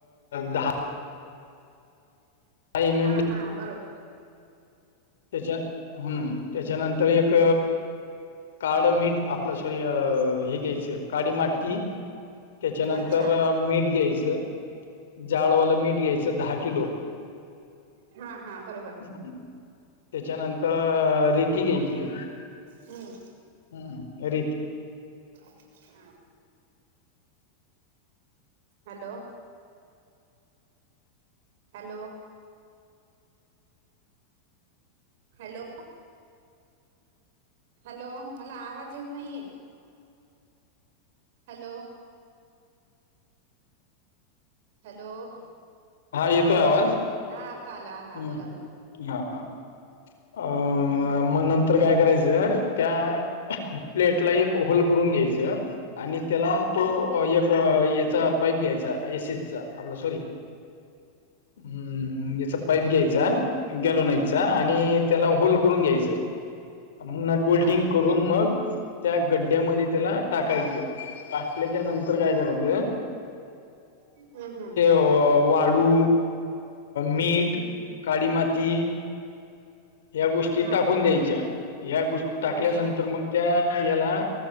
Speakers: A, on the left (about 80°); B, on the right (about 65°).
A: दहा. एम
B: हा
A: एम
B: हा बरोबर.
A: त्याच्या हम् त्याच्यानंतर एक काळ मीठ आपलं सॉरी हे घ्यायचं काळीमाती त्याच्यानंतर
B: अच्छा
A: मीठ घ्यायचं. जाळवाला मीठ घ्यायचं दहा किलो.
B: हा हा बरोबर.
A: हम्म. त्याच्यानंतर रेती घ्यायची
B: हम्म
A: हम् रेती.
B: हम. हॅलो. हॅलो. हॅलो. हॅलो. मला आवाज येत नाहीये. हॅलो. हॅलो.
A: येतोय
B: हा
A: आवाज
B: बोला. हा आता आला आला.
A: हम्म
B: बोला बोला.
A: हा हा. अ
B: हम्म
A: म नन तर काय करायचं. त्या प्लेटला एक होल करून घ्यायचं. आणि त्याला
B: हम्म
A: तो एक याचा पाईप घ्यायचा. एसीचा. आपला सॉरी हम्म याचा पाईप घ्यायचा. गेलोनायीसचा. आणि त्याला होल् करून घ्यायचं. म्ह नट बोल्टिंग
B: हा
A: करून मग, त्या गड्ड्यामध्ये त्याला टाकायचं. टाकल्याच्या नंतर काय करायचं.
B: हम्म हम्म.
A: अ वाळू, मीठ, काळी माती. ह्या गोष्टी
B: हा
A: टाकून द्यायच्या. ह्या गोष्ट टाकल्यानंतर.
B: अच्छा
A: मग त्या याला